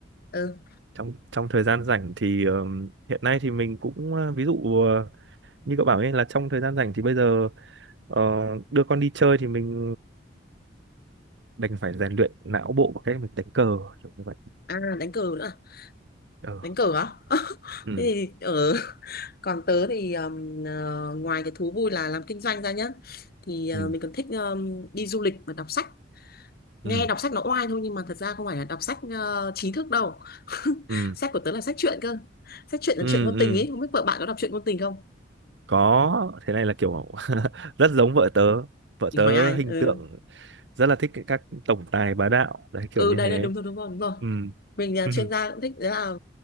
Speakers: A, on the left; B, on the right.
A: ừ
B: trong trong thời gian rảnh thì ờm, hiện nay thì mình cũng ờ, ví dụ ờ, như cậu bảo ấy là trong thời gian rảnh thì bây giờ ờ, đưa con đi chơi thì mình đành phải rèn luyện não bộ bằng cách mình đánh cờ kiểu như vậy
A: à đánh cờ nữa à?
B: Ờ,
A: đánh cờ á <laughs>
B: ừ
A: thế thì ở <laughs> còn tớ thì ờm, ờ, ngoài cái thú vui là làm kinh doanh ra nhá thì ờ,
B: ừ
A: mình còn thích ờm, đi du lịch và đọc sách nghe
B: ừ
A: đọc sách nó oai thôi nhưng mà thật ra không phải là đọc sách ờ, trí thức đâu <laughs>
B: ừ
A: sách của tớ là sách truyện cơ sách truyện là
B: ừ
A: chuyện ngôn
B: ừ
A: tình ấy không biết vợ bạn có đọc truyện ngôn tình không
B: có thế này là kiểu <laughs> rất giống vợ tớ vợ
A: mình
B: tớ
A: hỏi ai
B: hình
A: ừ
B: tượng rất là thích các tổng tài bá đạo đấy kiểu
A: ừ
B: như
A: đấy
B: thế
A: đấy đúng rồi đúng rồi đúng rồi
B: ừ <laughs>
A: mình là
B: ừ
A: chuyên gia cũng thích đấy là